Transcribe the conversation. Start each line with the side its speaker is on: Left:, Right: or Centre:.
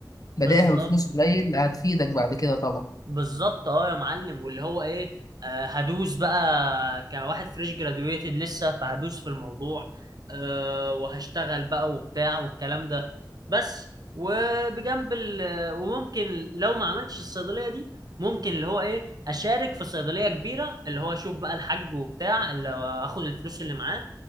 Right: بالظبط
Left: بادئها بفلوس قليل هتفيدك بعد كده طبعا
Right: بالظبط اه يا معلم واللي هو ايه آه هدوس بقى كواحد فريش جراديويتد لسه فهدوس في الموضوع آه وهشتغل بقى وبتاع والكلام ده بس وبجنب ال وممكن لو ما عملتش الصيدلية دي ممكن اللي هو ايه اشارك في صيدلية كبيرة اللي هو اشوف بقى الحاج وبتاع اللي هو اخد الفلوس اللي معاه